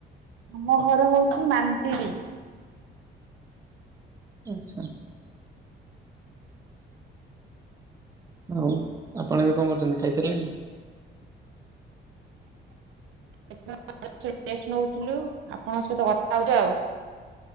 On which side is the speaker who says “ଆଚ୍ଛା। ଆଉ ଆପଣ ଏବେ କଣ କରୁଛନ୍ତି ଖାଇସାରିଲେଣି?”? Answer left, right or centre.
Right